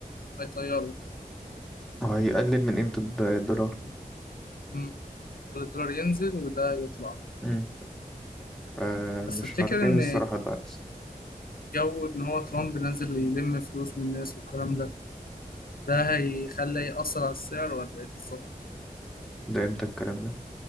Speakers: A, on the left; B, in the centre.
A: هيطيره
B: هيقلل من قيمة الد- الدولار
A: مم. خلي الدولار ينزل وده يطلع
B: امم آه مش
A: بس تفتكر
B: عارفين
A: إن
B: الصراحة ده هيحصل.
A: جو إن هو ترامب نازل يلم فلوس من الناس والكلام ده ده هيخلي يأثر على السعر ولا إيه بالظبط؟
B: ده امتى الكلام ده